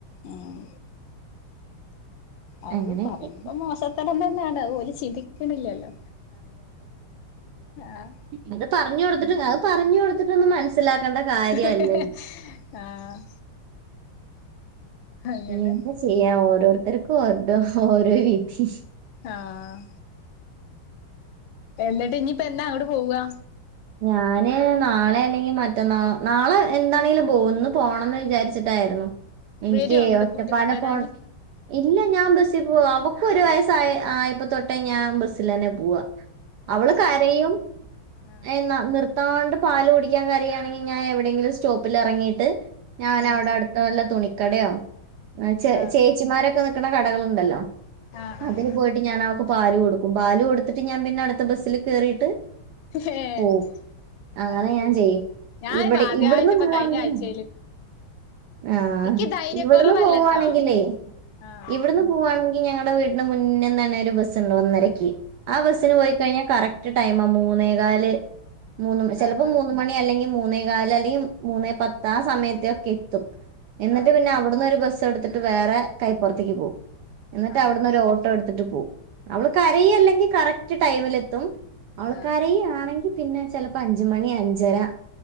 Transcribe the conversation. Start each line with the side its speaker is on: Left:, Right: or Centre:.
Left: ഊം അത്
Right: അങ്ങനെയൊക്കെ
Left: പറയുമ്പോ മോസത്തരം തന്നെയാണ് അത് ഓല് ചിന്തിക്ക്ണ്ല്ലല്ലോ ആഹ്
Right: ഇത് പർഞ്ഞു കൊടുത്തിട്ട് കാ അത് പർഞ്ഞു കൊടുത്തിട്ടൊന്നും മൻസി സ്സിലാക്കണ്ട കാര്യല്ലൽ
Left: ആഹ് ആഹ് അങ്ങനെ
Right: എന്താ ചെയ്യാ ഓരോരുത്തർക്കും <unintelligible> ഓരോ വിതി
Left: ആഹ് എന്നിട്ട് ഇഞ്ഞിപ്പ എന്നാ അങ്ങോട്ട് പോവാ
Right: ഞാന് നാളെ അല്ലെങ്കി മറ്റന്നാ നാളെ എന്താണെങ്കിലും പോവും ഇന്ന് പോണംന്ന് വിചാരിച്ചിട്ടാ യിരുന്നു ഇൻക്കീ
Left: വരോ അങ്ങോട്ട്
Right: ഒറ്റപ്പാല
Left: കൂട്ടിക്കൊണ്ടുവരാന്
Right: പോ ഇല്ല ഞാൻ ബസിൽ പോവും അവ ക്കൊരു ഒരു വയസ്സായ ആ ആയപ്പ തൊട്ടേ ഞാൻ ബസ്സിലെന്നെ പോവാ അവള്
Left: ഏഹ്
Right: കരയും
Left: ആഹ്
Right: എന്നാ നിർത്താണ്ട് പാല് കുടിക്കാൻ കരയാണെങ്കി ഞാ എവിടെങ്കിലും സ്റ്റോപ്പില് എറങ്ങിയിട്ട് ഞാനവിടെടുത്തല്ല
Left: ആഹ്
Right: തുണി ക്കടയോ ചേ
Left: ആഹ്
Right: ചേച്ചിമാരൊക്കെ നിക്ക്ണ കടകളുണ്ടല്ലോ
Left: ആഹ് ആഹ്
Right: അതില് പോയിട്ട് ഞാൻ അവക്ക് പാല് കൊടുക്കും പാല് കൊടു ത്തിട്ട് ഞാൻ പിന്നെ അടുത്ത ബസ്സില് കേറിയിട്ട്
Left: ഏഹ്
Right: പോവും അങ്ങനെ
Left: അയ്ശരി
Right: ഞാൻ ചെയ്യും
Left: ഞാനിപ്പോ
Right: ഇവിടെ
Left: ആദ്യായിട്ട്
Right: ഇവിടുന്ന്
Left: ഇപ്പ
Right: പോവാണെങ്കിൽ
Left: കഴിഞ്ഞ ആഴ്ചയില്
Right: ആഹ്
Left: എനിക്ക് ധൈര്യക്കൊറവല്ലട്ടോ
Right: ഇവിടുന്ന് പോവാണെങ്കിലേ
Left: ആഹ്
Right: ഇവിടുന്ന് പോവാണ് ങ്കി ഞങ്ങടെ വീടിന്റെ മുന്ന്ന്നന്നെ ഒരു ബസ്സ്‌ണ്ട് ഒന്നരയ്ക്ക് ആ ബസ്സിന്
Left: ആഹ്
Right: പോയി കഴിഞ്ഞാ കറക് റ്റ് ടൈമാ മൂന്നേകാല് മൂന്ന് ചിലപ്പോ
Left: ആഹ്
Right: മൂന്ന് മണി അല്ലെങ്കിൽ മൂന്നേ കാല് അല്ലെങ്കിൽ മൂന്നേ പത്ത് ആ സമയത്തൊക്കെ എത്തും എന്നിട്ട്
Left: ആഹ്
Right: പിന്നെ അവിടുന്ന് ഒരു ബസ് എടുത്തിട്ട് വേറെ കൈപ്പുറത്തേക്ക് പോവും. എന്നിട്ട്
Left: ആഹ്
Right: അവിടുന്ന് ഓര് ഓട്ടോ എടുത്തിട്ട് പോവും അവള് കരയില്ലെങ്കി കറക്റ്റ് ടൈമിലെത്തും. അവള്
Left: ആഹ്
Right: കരയിണെങ്കി പിന്നെ ചെലപ്പോ അഞ്ച് മണി അഞ്ചരാ